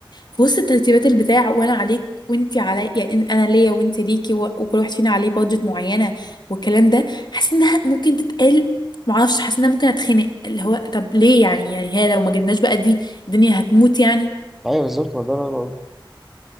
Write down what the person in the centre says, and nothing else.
ايوه بالظبط ما ده اللي أنا